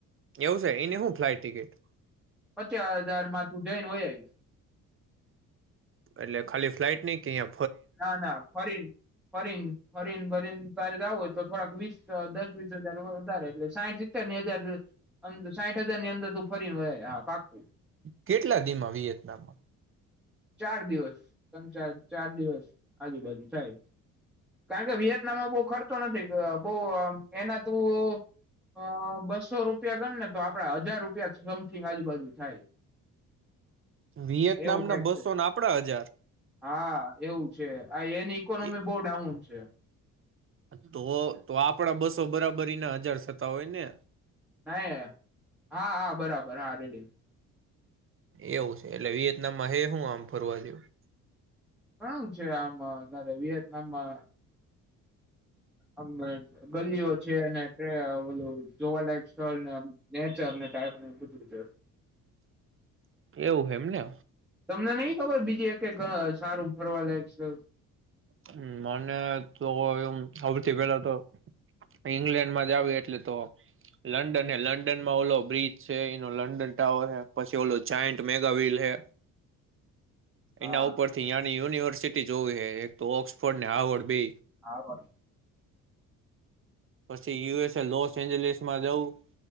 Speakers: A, on the right; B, in the centre.
A: એવું છે એને હું ફ્લાઇટ ટિકિટ
B: પચા હજારમાં તું જયન વહયાય <inaudible>
A: એટલે ખાલી ફ્લાઇટ ની કે અહી
B: ના ના ફરીન ફરીન ફરીન ભરીન તારે જ આવ તો થોડાક વીસ દસ વીસ હજાર વધારે એટલે સાઈઠ સિત્તેર ની હજાર સાઈઠ હજાર ની અંદર તું ફરીને હા પાકું
A: કેટલા દીમા વિયેતનામ
B: ચાર દિવસ ચાર ચાર દિવસ આજુબાજુ થાય કારણ કે વિયેતનામમાં બહુ ખર્ચો નથી બહ એના તું બસો રૂપિયા ગણને તો આપડા હજાર રૂપિયા સમથિંગ આજુબાજુ થાય
A: વિયેતનામ
B: એવું
A: ના
B: કઈક
A: બસ
B: છે
A: સો ના આપડા હજાર
B: હા એવું છે હા એની ઇકોનોમી
A: એ
B: બઉ ડાઉન છે
A: તો તો આપણા બસો બરાબર એના હજાર થતા હોય ને
B: ના હા હા બરાબર હા રેડી
A: એવું છે એટલે એ વિહતનામમા હે હું આમ ફરવા જેવું
B: કણ છે આમ અતરે વિયેતનામમાં <inaudible> આમ ગલીઓ છે અને ઓલું જોવાલાયક સ્થળ ને નેચર ને ટાઈપ નુ બધું છે
A: એવું હે એમને
B: તમને નઈ ખબર બીજી એક સારું ફરવા લાયક છે
A: હ મને તો એમ સથી પેલા તો ઈંગ્લેન્ડમાં જ આવી એટલે તો લંડન હે લંડનમાં ઓલો બ્રિજ છે એનો લંડન ટાવર હ પછી ઓલો જાયન્ટ મેગાવલ હે
B: હા
A: એના ઉપરથી યાની યુનિવર્સ જોવી હ એક તો ઓક્સફોર્ડ ને આવડ બે
B: હા બર
A: પછી યુએસ લોસ એન્જલસમાં જવું